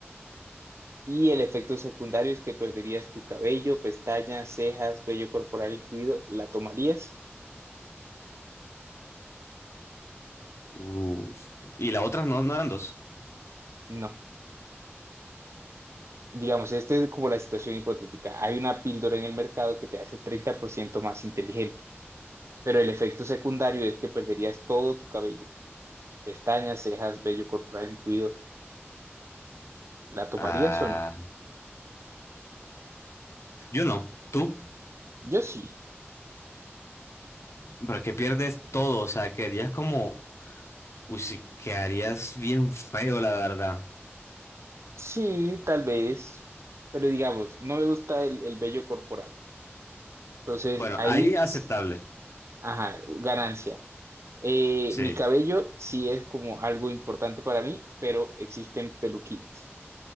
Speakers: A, on the right (about 80°); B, on the left (about 80°).
A: y el efecto secundario es que perderías tu cabello, pestañas, cejas, vello corporal incluido. ¿La tomarías?
B: Uf. Y la otra no, no eran dos.
A: No. Digamos, esta es como la situación hipotética. Hay una píldora en el mercado que te hace 30% más inteligente, pero el efecto secundario es que perderías todo tu cabello, pestañas, cejas, vello corporal incluido. ¿La tomarías
B: Ah,
A: o no?
B: yo no. ¿Tú?
A: Yo sí.
B: Pero es que pierdes todo, o sea, quedarías como, uy, sí, quedarías bien feo, la verdad.
A: Sí, tal vez, pero digamos, no me gusta el, el vello corporal. Entonces,
B: Bueno,
A: ahí,
B: ahí aceptable,
A: s- ajá, ganancia. Eh,
B: sí.
A: mi cabello sí es como algo importante para mí, pero existen peluquines.